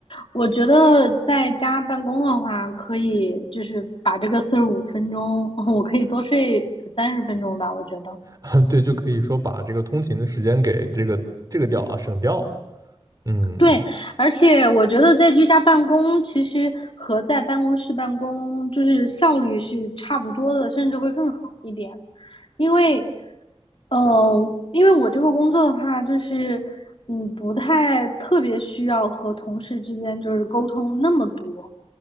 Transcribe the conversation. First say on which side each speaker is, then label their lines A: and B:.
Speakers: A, on the left; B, on the right.
A: 我觉得在家办公的话，可以就是把这个四十五分钟，<laughs> 我可以多睡三十分钟吧，我觉得。
B: <laughs> 对，就可以说把这个通勤的时间给这个这个掉啊，省掉。嗯，
A: 对，而且我觉得在居家办公，其实和在办公室办公就是效率是差不多的，甚至会更好一点。因为嗯，因为我这个工作的话，就是嗯，不太特别需要和同事之间就是沟通那么多，